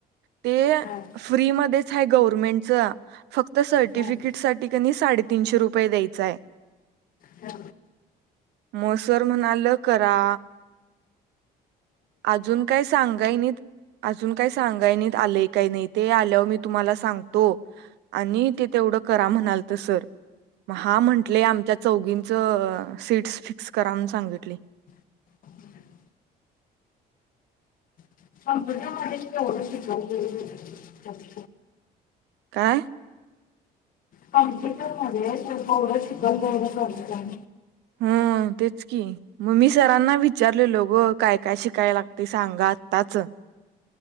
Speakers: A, on the right (about 80°); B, on the left (about 55°).
A: ते
B: हां
A: फ्री मधेच आहे गव्हर्मेंटच फक्त सर्टिफिकेट
B: हां
A: साठी क नि साडे तीनशे रुपये द्यायचाय.
B: हा
A: म सर म्हणाल करा अजून काय सांगाय नाहीत अजून काय स सांगाय नाहीत आलय काही नाही ते आल्यावर मी तुम्हाला सांगतो आणि तेि तेवढं करा म्हणाल तर सर मग हा म्हंटले आमच्या चौघींच सीट्स फिक्स करा म्हनून सांगितले
B: <unintelligible> <inaudible>
A: काय?
B: कॉम्प्युटर मध्ये जेवढं शिकल तेवढं कमीच हाय
A: हम्म तेच की मम्मी सरांना विचारले लो गं काय काय शिकायला लागते सांगा आत्ताच.